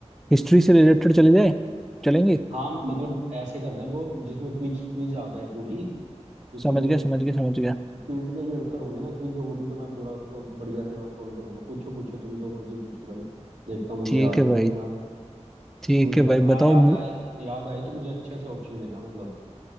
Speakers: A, in the centre; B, on the right.
A: हिस्ट्री से रिलेटेड चले जाए चलेंगे
B: हाँ मतलब ऐसे करना है वो जिसमें क्विज क्विज आ जाए पूरी क्योंकि
A: समझ
B: वो
A: गया समझ गया समझ गया
B: क्विज का ही आंसर होंगे ना क्विज होगी तो मैं पूरा उसको बढ़िया से मैं सॉल्व करूंगा पूछो पूछो तुम जो मर्जी पूछो भाई देखता हूँ मुझे
A: ठीक
B: याद
A: है
B: है कि
A: भाई
B: नहीं याद है
A: ठीक
B: मुझे
A: है
B: अगर
A: भाई
B: ना
A: बताओ
B: याद
A: मु-
B: आए याद आए तो मुझे अच्छे से ऑप्शन देना मतलब